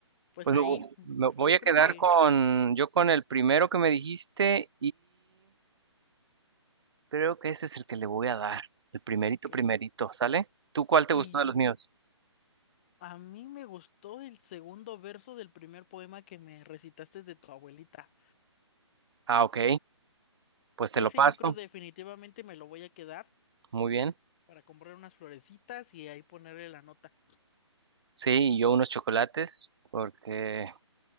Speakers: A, on the left; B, on the right.
A: pues
B: Pues
A: ahí,
B: me, vo- me voy
A: yo
B: a
A: creo
B: quedar
A: que,
B: con, yo con el primero que me dijiste Creo que ese es el que le voy a dar. El primerito,
A: ok.
B: primerito, ¿sale? ¿Tú cuál te
A: Y,
B: gustó de los míos?
A: A mí me gustó el segundo verso del primer poema que me recitaste de tu abuelita.
B: Ah, ok. Pues te
A: Ese
B: lo paso.
A: yo creo definitivamente me lo voy a quedar
B: Muy bien.
A: para comprar unas florecitas y ahí ponerle la nota.
B: Sí, y yo unos chocolates, porque